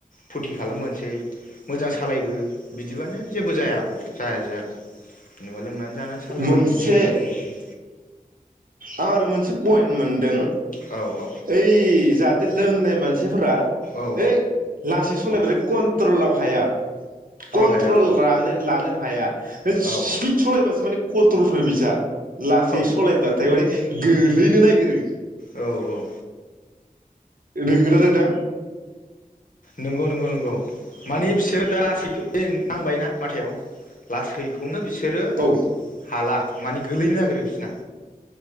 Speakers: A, on the left; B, on the right.
A: फुरथि खालामबोनोसै मोजां सालायबो बिदिबानो जेबो जाय जाया जागौ जेनेबा लोंनानै जानो सालायबोयो
B: मोनसे
A: बिदियावनो जायो आरो
B: आं आरो मोनसे पइन्ट मोनदों
A: आरो औ
B: ओइ जाथ लोंनाय मानसि मानसिफोरा
A: औ
B: है
A: औ
B: लासै सलायबाय
A: औ
B: कन्ट्रलाव हाया कन्ट्रल
A: हाया औ
B: ला लानो हाया स्पिड
A: औ
B: सालायबासो मानि कन्ट्रल फैयो बिसिना लासै
A: औ
B: सलायबा गोलैनो नागिरो।
A: औ औ
B: नोंगौना नोंथां
A: नंगौ नंगौ नंगौ मानि बि दासैखौ नांबाय ना माथायाव लासैखौनो बिस सोरो
B: औ
A: हाला माने गोलैनो नागिरो बिसना